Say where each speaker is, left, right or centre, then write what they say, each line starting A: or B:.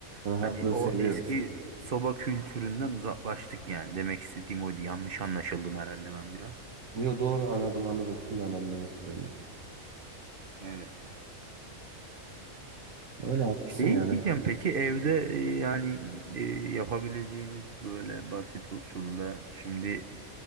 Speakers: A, on the right; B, on the right.
A: Rahatlığı
B: hani o
A: seviyoruz.
B: eski soba kültüründen uzaklaştık yani. Demek istediğim oydu. Yanlış anlaşıldım herhalde ben biraz.
A: Yo doğru anladım anladım. Şimdi anladım demek istediğini.
B: Evet.
A: Öyle haklısın
B: Şey
A: yani.
B: diyeceğim peki evde e, yani e, yapabileceğimiz böyle basit usulda şimdi